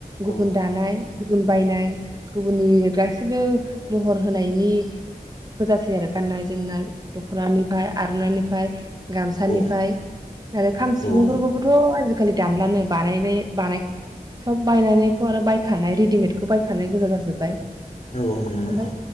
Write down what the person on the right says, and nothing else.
गुबुन
दानाय गुबुन बायनाय गुबुननि <unintelligible> <unintelligible> महर होनायनि गोजासै आरो गाननाय जोमनाय दखनानिफाय आरनाइनिफाय गामसानिफाय‌
आरो खाम
सिफुंफोरखौबोथ आजि खालि दानलानो बानायनाय बानाय सब बायनानायखौ आरो बायखानाय रेडिमेदखौ बायखानाय गोजा जाजोब्बाय।
ओमफाय